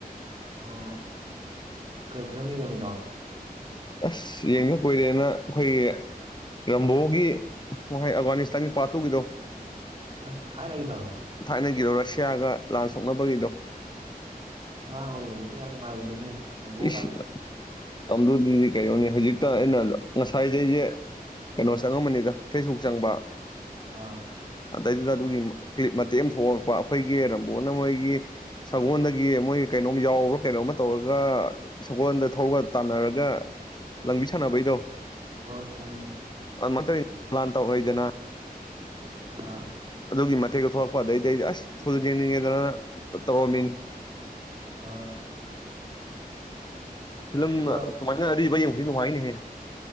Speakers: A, on the right (about 35°); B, on the left (about 30°).
A: ꯑꯣ ꯀꯩꯐꯤꯂꯝ ꯌꯦꯡꯉꯝꯃꯤꯅꯣ
B: ꯑꯁ ꯌꯦꯡꯗ ꯀꯨꯏꯔꯦꯅ ꯑꯩꯈꯣꯏꯒꯤ ꯔꯝꯕꯣꯒꯤ ꯋꯥꯥꯏ ꯑꯒꯥꯅꯤꯁꯇꯥꯟꯒꯤ ꯄꯥꯔꯠꯇꯨꯒꯤꯗꯣ
A: ꯑꯁ ꯊꯥꯏꯅ ꯒꯤꯗꫭ
B: ꯊꯥꯏꯅꯒꯤꯗꯣ ꯔꯁꯤꯌꯥꯒ ꯂꯥꯟ ꯁꯣꯛꯅꯕꯒꯤꯗꯣ
A: ꯑꯉꯥꯡ ꯑꯣꯏꯔꯤꯉꯩꯗ ꯑꯗꯨ ꯌꯥꯝ ꯅꯨꯡꯉꯥꯏꯕꯅꯤꯅꯦ ꯔꯝꯕꯣꯒꯁꯦ
B: ꯏꯁ ꯃꯠ ꯃꯇꯝꯗꯨꯗꯤ ꯀꯩꯅꯣꯅꯦ ꯍꯧꯖꯤꯛꯇ ꯑꯩꯅ ꯉꯁꯥꯏꯖꯦ ꯑꯩꯖꯦ ꯀꯩꯅꯣ ꯆꯪꯉꯝꯕꯅꯤꯗ ꯐꯦꯁꯕꯨꯛ ꯆꯪꯕ
A: ꯑꯥ
B: ꯑꯗꯩꯗꯨꯗ ꯑꯗꯨꯒꯤ ꯀ꯭ꯂꯤꯞ ꯃꯇꯦꯛ ꯑꯃ ꯊꯣꯛꯂꯛꯄ ꯑꯩꯈꯣꯏꯒꯤ ꯔꯝꯕꯣꯅ ꯃꯣꯏꯒꯤ ꯁꯪꯒꯣꯟꯗꯒꯤ ꯃꯣꯏꯒꯤ ꯀꯩꯅꯣꯝ ꯌꯥꯎꯔ ꯀꯩꯅꯣꯝꯃ ꯇꯧꯔ ꯒ ꯁꯪꯒꯣꯟꯗ ꯊꯧꯔ ꯇꯥꯟꯅꯔꯒ ꯂꯪꯕꯤ ꯁꯥꯟꯅꯕꯩꯗꯣ
A: ꯍꯣꯏ ꯈꯪꯉꯤꯅꯦ
B: ꯑꯗꯨꯃꯥꯟ ꯇꯧꯔꯤ ꯂꯥꯟꯇꯧꯅꯩꯗꯅ
A: ꯑ
B: ꯑꯗꯨꯒꯤ ꯃꯊꯦꯛꯇꯣ ꯊꯣꯛꯂꯛꯄ ꯑꯗꯩꯗꯤ ꯑꯩꯁꯦ ꯑꯁ ꯐꯨꯜ ꯌꯦꯡꯅꯤꯡꯉꯦꯗꯅ ꯇꯧ ꯇꯧꯔꯝꯃꯤꯅꯤ
A: ꯑ
B: ꯐꯤꯂꯝ
A: ꯑꯗꯣ
B: ꯁꯨꯃꯥꯏꯅ ꯑꯔꯤꯕ ꯌꯦꯡꯕꯁꯤ ꯅꯨꯡꯉꯥꯏꯅꯦꯍꯦ